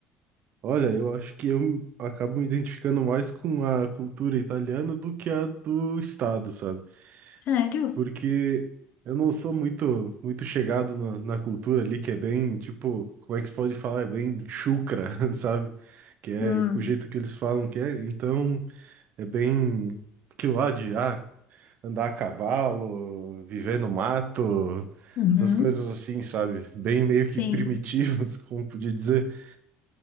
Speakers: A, on the right; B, on the left.
A: Olha, eu acho que eu acabo me identificando mais com a cultura italiana do que a do estado, sabe?
B: Sério?
A: porque eu não sou muito muito chegado na, na cultura ali, que é bem, tipo, como é que se pode falar? É bem chucra, <laughs> sabe? Que é
B: Hum.
A: o jeito que eles falam que é. Então, é bem que lá de ah, andar a cavalo, viver no mato,
B: Uhum.
A: essas coisas assim, sabe? Bem meio
B: Sim.
A: que primitivas, <laughs> como podia dizer.